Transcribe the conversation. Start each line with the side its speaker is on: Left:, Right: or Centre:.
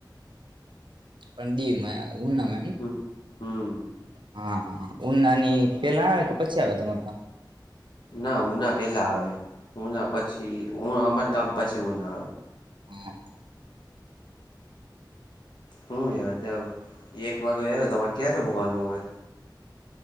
Right: પણ દ ઉં નામ
Left: હમ હમ
Right: હા ઉનાની પેલા આવે કે પછી આવે તમારું કામ
Left: ના ઉના પહેલાં આવે ઉના પછી હું અમાર કામ પછી ઉઊ ના આવે
Right: હમ
Left: હું હ એક વાગ્ય આવ્યો તમારે ક્યારે હોવાનું હવે